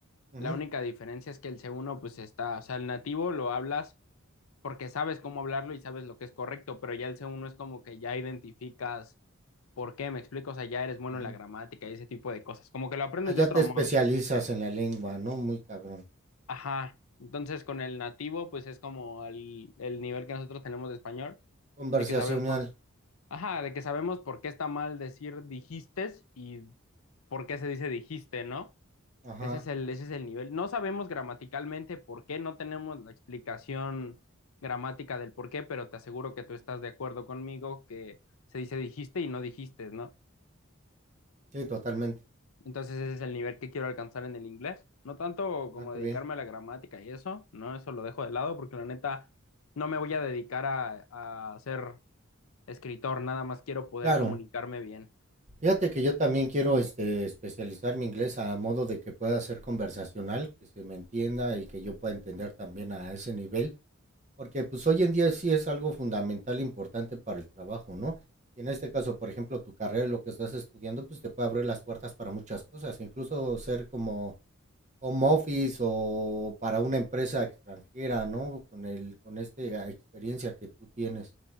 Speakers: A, on the right; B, on the left.
A: Ujú,
B: La única diferencia es que el C1 pues está, o sea, el nativo lo hablas porque sabes cómo hablarlo y sabes lo que es correcto, pero ya el C1 es como que ya identificas por qué, me explico, o sea, ya eres bueno
A: ujú.
B: en la gramática y ese tipo de cosas, como que lo aprendes
A: Allá
B: de otro
A: te especializas
B: modo.
A: en la lengua, ¿no? Muy cabrón.
B: Ajá, entonces con el nativo pues es como el, el nivel que nosotros tenemos de español,
A: Conversacional.
B: de que sabemos, ajá, de que sabemos por qué está mal decir dijistes y por qué se dice dijiste, ¿no?
A: Ajá.
B: Ese es el, ese es el nivel. No sabemos gramaticalmente por qué, no tenemos la explicación gramática del por qué, pero te aseguro que tú estás de acuerdo conmigo que se dice dijiste y no dijiste, ¿no?
A: Sí, totalmente.
B: Entonces ese es el nivel que quiero alcanzar en el inglés. No tanto como
A: Ah, qué
B: dedicarme
A: bien.
B: a la gramática y eso, ¿no? Eso lo dejo de lado porque la neta no me voy a dedicar a, a ser escritor, nada más quiero poder
A: Claro,
B: comunicarme bien.
A: Fíjate que yo también quiero, este, especializar mi inglés a modo de que pueda ser conversacional, que se me entienda y que yo pueda entender también a ese nivel, porque, pues, hoy en día sí es algo fundamental importante para el trabajo, ¿no? Y en este caso, por ejemplo, tu carrera, lo que estás estudiando, pues, te puede abrir las puertas para muchas cosas, incluso ser como home office o para una empresa extranjera, ¿no? Con el con este, ah, experiencia que tú tienes.